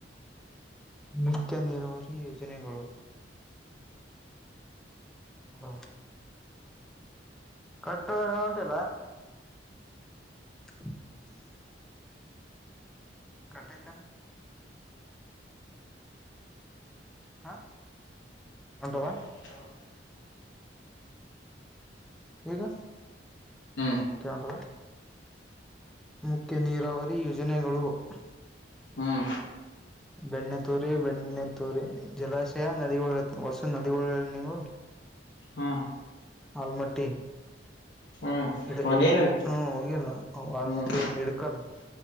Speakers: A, in the centre; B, on the left (about 75°).
A: ಮುತ್ಯ ನೀರಾವರಿ ಯೋಜನೆಗಳು ಅಲ ಕಟ್ಟ ಉಂಟಿಲ್ಲ <inaudible> ಕಟ್ಟಿತನ ಹ ಉಂಟವಾ
B: ಹ
A: ಗ
B: ಹ್ಮ್
A: ಕವಾ ಮುಖ್ಯ ನೀರಾವರಿ ಯೋಜನೆಗಳು <inaudible>
B: ಹ್ಮ್
A: ಬೆಣ್ಣೆ ತೂರಿ ಬೆಣ್ಣೆ ತೂರಿ ಜಲಾಶಯ ನದಿಗಳ ಹೊಸ ನದಿಗಳಿ ನೀವು
B: ಹ್ಮ
A: ಆಲ್ಮಟ್ಟಿ
B: ಹ್ಮ್ ಹ್ಮ್
A: ಹಿ
B: ಹೋಗೇನಲ್
A: ಹ್ಮ ಹೋಗಿಲ್ಲ ವಾಲ್ಮಟ್ಟಿ
B: ಹ್ಮ್
A: ಹಿಡ್ಕಲ್ಲ